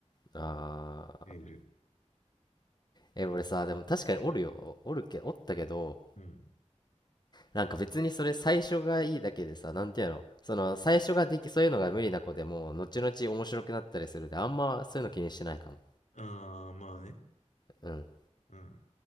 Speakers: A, on the left; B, on the left.
A: ああー
B: いるいる。
A: え俺さでも確かにおるよおるけおったけど
B: うん。
A: なんか別にそれ最初がいいだけでさなんていうのその最初ができそういうのが無理な子でも後々面白くなったりするであんまそういうの気にしてないかも
B: ああ、まあね。
A: うん
B: うん。